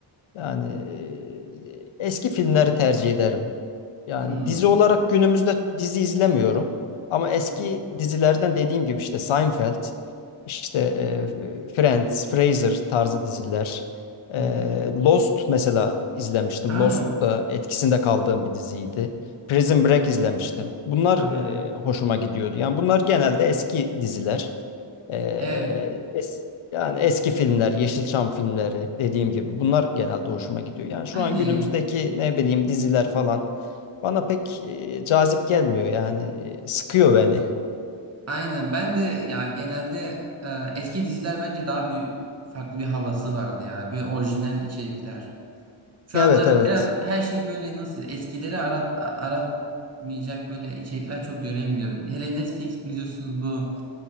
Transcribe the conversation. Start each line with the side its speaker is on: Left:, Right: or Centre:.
Left: Yani e, eski filmleri tercih ederim. Yani
Right: Hmm.
Left: dizi olarak günümüzde dizi izlemiyorum. Ama eski
Right: Hı
Left: dizilerden dediğim gibi işte Seinfeld, işte e, Friends, Frasier tarzı diziler. E,
Right: hı. hı.
Left: Lost mesela izlemiştim.
Right: Aa,
Left: Lost da etkisinde kaldığım bir diziydi. Prison Break izlemiştim. Bunlar
Right: aa,
Left: e, hoşuma gidiyordu. Yani bunlar genelde eski diziler. E,
Right: evet.
Left: es- yani eski filmler, Yeşilçam filmleri dediğim gibi bunlar genelde hoşuma gidiyor. Yani şu
Right: Aynen
Left: an günümüzdeki
Right: ya.
Left: ne bileyim diziler falan bana pek e, cazip gelmiyor yani e, sıkıyor beni.
Right: Aynen. Ben de ya genelde e, eski diziler bence daha bir farklı bir havası vardı ya. Böyle orijinal içerikler. Şu
Left: Evet
Right: anda
Left: evet.
Right: biraz her şeyi böyle nasıl eskileri arat, a- aratmayacak böyle içerikler çok göremiyorum. Hele Netflix biliyorsunuz bu.